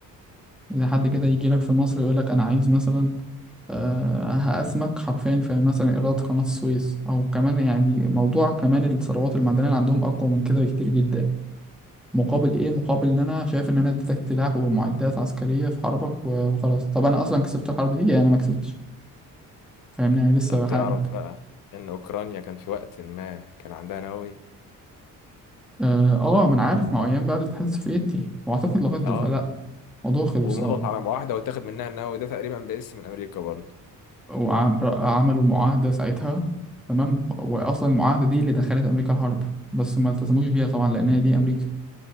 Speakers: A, in the centre; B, on the left.
A: إذا حد كده يجي لك في مصر يقول لك أنا عايز مثلا آه، هقسمك حرفيا في مثلا إيرادات قناة السويس أو كمان يعني موضوع كمان الثروات المعدنية اللي عندهم أقوى من كده بكتير جدا مقابل ايه مقابل ان انا شايف ان انا اديتك سلاح ومعدات عسكريه في حربك و- وخلاص طب انا اصلا كسبت الحرب دي يعني انا ما كسبتش فاهمني انا لسه
B: طب
A: بحارب
B: تعرف بقى إن أوكرانيا كان في وقت ما كان عندها نووي
A: اه آه، ما انا عارف مع ايام بقى الاتحاد السوفيتي واعتقد لغايه دلوقتي
B: آه
A: لا الموضوع خلص
B: ومضت
A: اه
B: على معاهدة واتاخد منها النووي ده تقريبا باسم من أمريكا برضه
A: وعملوا معاهده ساعتها تمام واصلا المعاهده دي اللي دخلت امريكا الحرب بس ما التزموش بيها طبعا لان هي دي امريكا